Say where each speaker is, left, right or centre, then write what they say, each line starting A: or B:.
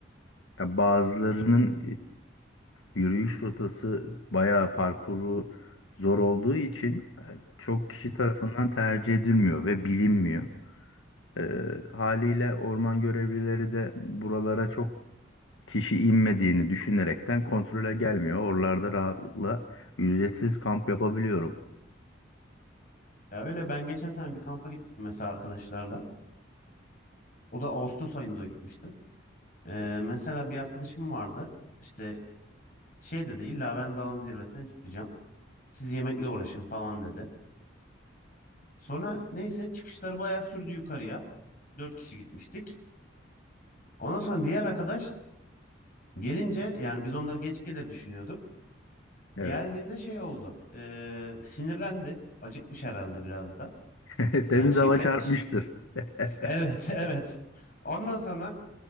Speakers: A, on the left; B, on the left.
A: Ya bazılarının e, yürüyüş rotası bayağı parkuru zor olduğu için e, çok kişi
B: Hı
A: tarafından
B: hı.
A: tercih edilmiyor ve bilinmiyor. E, haliyle orman görevlileri de buralara çok kişi inmediğini düşünerekten kontrole gelmiyor. Oralarda rahatlıkla ücretsiz kamp yapabiliyorum.
B: Ya öyle ben geçen sene bir kampa gitmiştim mesela arkadaşlarla. O da Ağustos ayında gitmiştim. Ee, mesela bir arkadaşım vardı. İşte şey dedi illa ben dağın zirvesine çıkacağım. Siz yemekle uğraşın falan dedi. Sonra neyse çıkışları bayağı sürdü yukarıya. Dört kişi gitmiştik. Ondan sonra diğer arkadaş gelince yani biz onları geç gelir düşünüyorduk.
A: Evet.
B: Geldiğinde şey oldu. ee, sinirlendi. Acıkmış herhalde biraz da.
A: <laughs> Temiz
B: Yani şeker...
A: hava çarpmıştır.
B: ş-
A: <laughs>
B: Evet <laughs> evet. Ondan sonra